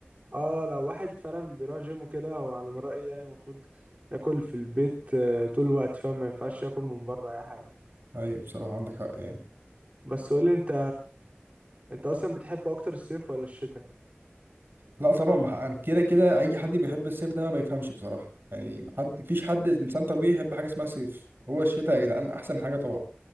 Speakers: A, on the right; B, on the right.
A: اه لو واحد فعلا بيروح جيم وكده هو على ما رايي يعني المفروض ياكل في البيت آه، طول الوقت فاهم ما ينفعش ياكل من بره اي حاجه
B: ايوه بصراحه عندك حق يعني
A: بس قولي انت انت اصلا بتحب اكتر الصيف ولا الشتاء
B: لا طبعا ما ح- كده كده اي حد بيحب الصيف ده ما بيفهمش بصراحه يعني ما حد فيش حد انسان طبيعي يحب حاجه اسمها صيف هو الشتاء يا جدعان احسن حاجه طبعا